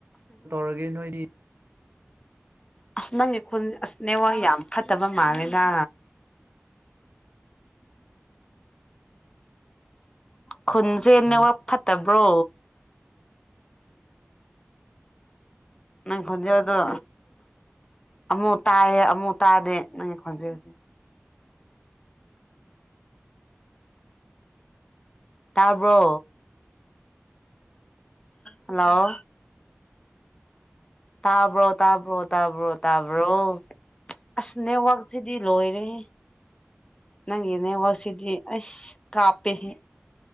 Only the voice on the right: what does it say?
ꯇꯔꯒꯦ ꯅꯣꯏꯗꯤ
ꯍꯣꯏ